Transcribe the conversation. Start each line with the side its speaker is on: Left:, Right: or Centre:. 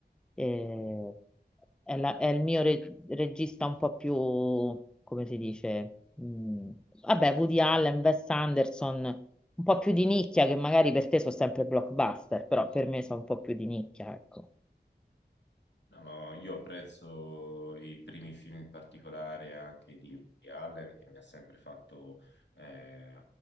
Centre: Eh, è, la- è il mio re- regista un po' più, come si dice, mm, vabbè, Woody Allen, Wes Anderson un po' più di nicchia, che magari per te sono sempre blockbuster, però per me sono un po' più di nicchia, ecco.
Left: No, no, io apprezzo i primi film in particolare anche di Woody Allen che mi ha sempre fatto, eh,